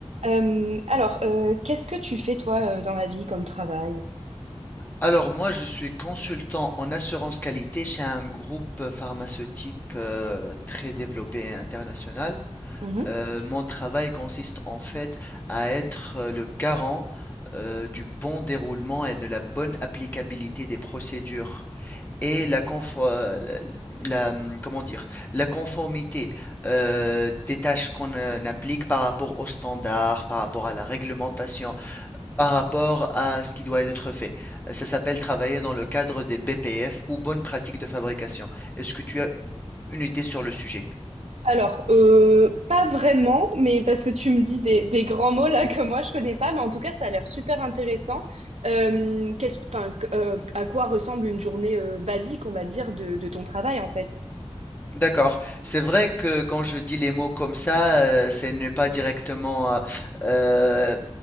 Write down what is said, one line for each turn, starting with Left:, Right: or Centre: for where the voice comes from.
Right: Euh, alors, euh, qu'est-ce que tu fais toi euh, dans la vie comme travail?
Left: Alors moi, je suis consultant en assurance qualité chez un groupe pharmaceutique euh, très développé et international.
Right: Mhm.
Left: Euh, mon travail consiste en fait à être euh, le garant euh, du bon déroulement et de la bonne applicabilité des procédures et la, confo- euh, la, la- hum, comment dire, la conformité euh, des tâches qu'on euh, applique par rapport aux standards, par rapport à la réglementation, par rapport à ce qui doit être fait. Euh, Ça s'appelle travailler dans le cadre des BPF ou bonnes pratiques de fabrication. Est-ce que tu as une idée sur le sujet?
Right: Alors, euh, pas vraiment, mais parce que tu me dis des, des grands mots là <laughs> que moi je connais pas, mais en tout cas ça a l'air super intéressant. Euh, qu'est-ce que, enfin, que- euh, à quoi ressemble une journée euh, basique, on va dire, de, de ton travail en fait?
Left: D'accord. C'est vrai que quand je dis les mots comme ça, euh, ce n'est pas directement euh, euh,